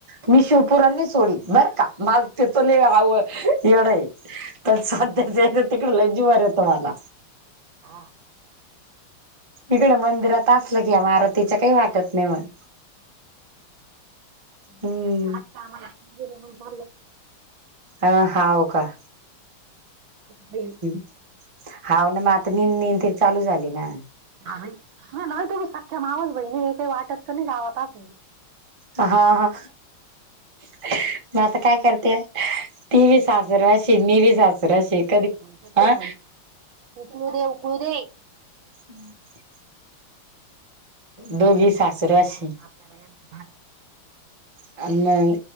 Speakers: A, on the right; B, on the right.
A: मी शिवपुरांनी सोडीन, बरंका. मग तीतं लय आवं येढय. तर स्वाध्याच्या जायचं, तिकड लय जीवार येतं मला.
B: हा.
A: इकडं मंदिरात असल की, या मारुतीच्या काही वाटत नाही मग.
B: हा
A: हम्म
B: ते आज का मला <unintelligible> चालल्या.
A: ह, हाव का?
B: बहीण
A: ह. हाव ना, मग आता मेन - मेन त चालू झाली ना?
B: <inaudible> तुम्ही सख्या मावस बहीणीय, हे काही वाटत का नाही, गावात असून.
A: हा, हा. <unintelligible> म
B: हो
A: आता काय करत्याय. ती वीस सासरवाशी न मी बी सासरवाशी कधी
B: म्हणते तेच
A: हं.
B: उकळू दे उकळू दे.
A: <inaudible>
B: म्हणे
A: दोघी
B: बाई
A: सासरवाशी
B: कसं हे आता आहे, आपल्याला यांचं धाक
A: आणि मग.